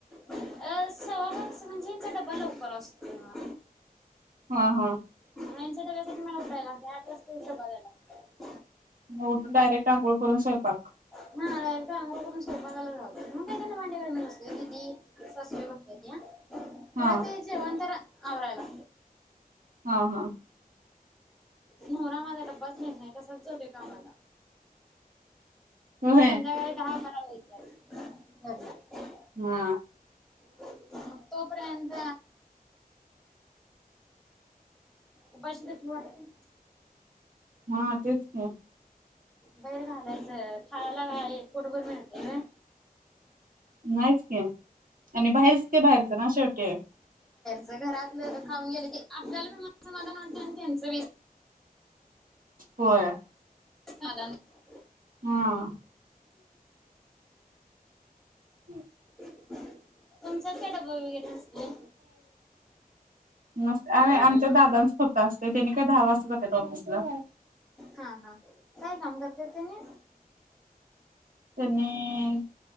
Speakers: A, in the centre; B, on the right.
A: अ सव्वा पाच म्हणजे ह्यांचा डबा लवकर असतोय हा.
B: हा हा.
A: ह्यांच्या डब्यासाठी मला उठाय लागतय. आठ वाजताच डबा द्यायला लागतय.
B: मग? उठून डायरेक्ट आंघोळ करून स्वयंपाक
A: हा. आंघोळ करून स्वयंपाकालाच घालतोय. मग काय धून भांड्याला मी काय नसतोय. दिदी सासू बाई बागत्यात्या.
B: हा
A: खर ते जेवण जरा आवरायला
B: हा हा.
A: नवरा माझा डब्बाच नेत नाही. तसाच जातोय कामाला.
B: होय
A: संध्याकाळी दहा <unintelligible> <unintelligible>
B: हा
A: मग तोपर्यंत उपाशि वाटतय
B: हा तेच की
A: बैर घालायचं खायला काय पोटबर मिळतय न
B: नाहीच की, आणि बाहेरच ते बाहेरच ना शेवटी
A: ज घरात एकदा खाऊन गेलं की आपल्याला पण समाधान वाटतंय अन त्यानं <inaudible>
B: होय.
A: <inaudible>
B: हा <inaudible>
A: <unintelligible> चल त्या डब य नुसतंय
B: मस्त अरे आमच्या दादांच फक्त असतेय त्यानी काय दहा वाजता जातात ऑफिसला
A: हा हा काय काम करत्यात त्यांनी
B: त्यांनी